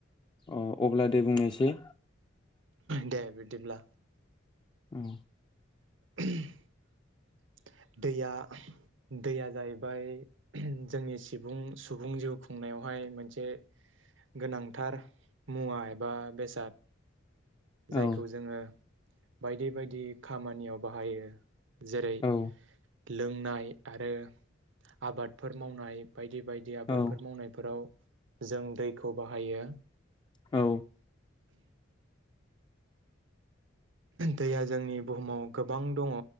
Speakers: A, on the left (about 25°); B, on the right (about 70°).
A: अ अब्ला दे बुंनायसै
B: दे बिदिब्ला
A: औ
B: <unintelligible> दैया दैया जाहैबाय जोंनि सिबुं सुबुं जिउ खुंनायावहाय मोनसे गोनांथार मुवा एबा बेसाद
A: औ
B: जायखौ जोङो बायदि बायदि खामानियाव बाहायो जेरै
A: औ
B: लोंनाय आरो आबादफोर मावनाय बायदि बायदि आबादफोर
A: औ
B: मावनायफोराव जों दैखौ बाहायो
A: औ
B: दैया जोंनि बुहुमाव गोबां दङ